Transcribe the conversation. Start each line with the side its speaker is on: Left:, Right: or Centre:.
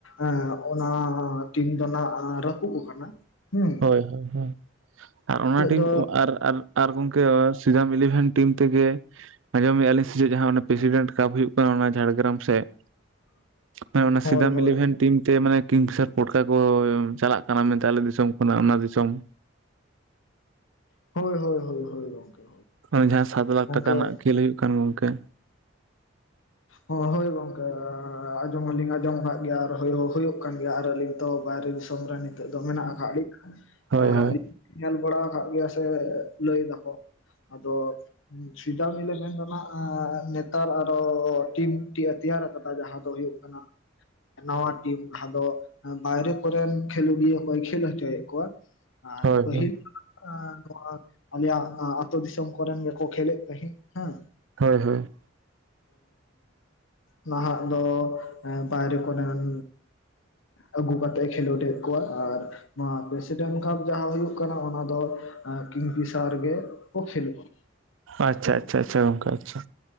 Left: ᱮᱸ᱾ ᱚᱱᱟ ᱴᱤᱢ ᱫᱚ ᱱᱟᱜ ᱨᱟᱹᱯᱩᱜ ᱠᱟᱱᱟ ᱦᱩ᱾
Right: ᱦᱳᱭ ᱦᱳᱭ ᱟᱨ ᱚᱱᱟ ᱴᱤᱢ
Left: ᱫᱚ
Right: ᱟᱨ ᱟᱨ ᱟᱨ ᱜᱚᱢᱠᱮ ᱥᱤᱫᱟᱢ ᱤᱞᱤᱵᱷᱮᱱ ᱴᱤᱢ ᱛᱮᱜᱮ ᱟᱸᱡᱚᱢ ᱮᱜᱼᱟᱹᱞᱤᱧ ᱥᱮᱪᱮᱜ ᱡᱟᱦᱟᱸ ᱯᱨᱮᱥᱤᱰᱮᱱᱴ ᱠᱟᱯ ᱦᱩᱭᱩᱜ ᱠᱟᱱᱟ ᱚᱱᱟ ᱡᱷᱟᱲᱜᱨᱟᱢ ᱥᱮᱫ?
Left: <inaudible>
Right: ᱦᱮᱸ ᱚᱱᱟ ᱥᱤᱫᱟᱢ
Left: ᱦᱳᱭ
Right: ᱤᱞᱤᱵᱷᱮᱱ ᱴᱤᱢ ᱛᱮ ᱢᱟᱱᱮ ᱠᱤᱝ ᱯᱷᱮᱥᱟᱨ ᱯᱚᱴᱠᱟ ᱠᱚ ᱪᱟᱞᱟᱜ ᱠᱟᱱᱟ ᱢᱮᱱᱛᱮ ᱟᱞᱮ ᱫᱤᱥᱚᱢ ᱠᱷᱚᱱᱟᱜ ᱚᱱᱟ ᱫᱤᱥᱚᱢ᱾
Left: ᱦᱳᱭ ᱦᱳᱭ ᱦᱳᱭ ᱜᱚᱝᱠᱮ᱾
Right: ᱚᱱᱮ ᱡᱟᱦᱟᱸ ᱥᱟᱛ ᱞᱟᱠᱷ
Left: ᱜᱚᱝᱠᱮ
Right: ᱴᱟᱠᱟ ᱨᱮᱱᱟᱜ ᱠᱷᱮᱞ ᱦᱩᱭᱩᱜ ᱠᱟᱱ ᱜᱚᱝᱠᱮ
Left: ᱦᱳᱭ ᱦᱳᱭ ᱜᱚᱝᱠᱮ ᱟᱸᱡᱚᱢ ᱦᱚᱞᱤᱧ ᱟᱸᱡᱚᱢ ᱟᱠᱟᱫ ᱜᱮᱭᱟ ᱟᱨ ᱦᱳᱭ ᱦᱚ ᱦᱳᱭᱳᱜ ᱠᱟᱱ ᱜᱮᱭᱟ ᱟᱨ ᱟᱹᱞᱤᱧ ᱛᱚ ᱵᱟᱭᱨᱮ ᱫᱤᱥᱚᱢ ᱨᱮ ᱱᱤᱛᱚᱜ ᱫᱚ ᱢᱮᱱᱟᱜ ᱟᱠᱟᱫ ᱞᱤᱧᱟ
Right: ᱦᱳᱭ
Left: ᱛᱚ
Right: ᱦᱳᱭ
Left: ᱟᱞᱤᱧ ᱧᱮᱞ ᱵᱟᱲᱟᱣ ᱟᱠᱟᱜ ᱜᱮᱭᱟ ᱥᱮ ᱞᱟᱹᱭ ᱫᱟᱠᱚ ᱟᱫᱚ ᱥᱤᱫᱟᱢ ᱤᱞᱤᱵᱷᱮᱱ ᱫᱚ ᱱᱟᱜ ᱮᱸ ᱱᱮᱛᱟᱨ ᱟᱨ ᱴᱤᱢ ᱢᱤᱫᱴᱤᱡ ᱛᱮᱭᱟᱨ ᱟᱠᱟᱫᱟ ᱡᱟᱦᱟᱸ ᱫᱚ ᱦᱩᱭᱩᱜ ᱠᱟᱱᱟ ᱱᱟᱣᱟ ᱴᱤᱢ ᱡᱟᱦᱟᱸ ᱫᱚ ᱵᱟᱭᱨᱮ ᱠᱚᱨᱮᱱ ᱠᱷᱮᱞᱳᱰᱤᱭᱟᱹ ᱠᱚᱭ ᱠᱷᱮᱞ ᱦᱚᱪᱚᱭᱮᱫ ᱠᱚᱣᱟ ᱟᱨ
Right: ᱦᱳᱭ
Left: ᱯᱟᱹᱦᱤᱞ
Right: ᱦᱳᱭ
Left: ᱱᱚᱝᱠᱟ ᱫᱚ ᱟᱨ ᱟᱞᱮᱭᱟᱜ ᱟᱹᱛᱳ ᱫᱤᱥᱚᱢ ᱠᱚᱨᱮᱱ ᱜᱮᱠᱚ ᱠᱷᱮᱞᱮᱫ ᱛᱟᱦᱮᱸᱜ ᱦᱟᱸ
Right: ᱦᱳᱭ ᱦᱳᱭ
Left: ᱱᱟᱦᱟᱜ ᱫᱚ ᱵᱟᱭᱨᱮ ᱠᱚᱨᱮᱱ ᱟᱹᱜᱩ ᱠᱟᱛᱮᱜ ᱮ ᱠᱷᱮᱞᱳᱰᱮ ᱠᱚᱣᱟ ᱟᱨ ᱱᱚᱣᱟ ᱯᱨᱮᱥᱤᱰᱮᱱᱴ ᱠᱟᱯ ᱡᱟᱦᱟᱸ ᱦᱩᱭᱩᱜ ᱠᱟᱱᱟ ᱚᱱᱟ ᱫᱚ ᱠᱤᱝᱯᱷᱤᱥᱟᱨ ᱜᱮᱠᱚ ᱠᱷᱮᱞᱳᱜᱼᱟ
Right: ᱟᱪᱪᱷᱟ ᱟᱪᱷᱟ ᱟᱪᱷᱟ ᱜᱚᱝᱠᱮ ᱟᱪᱪᱷᱟ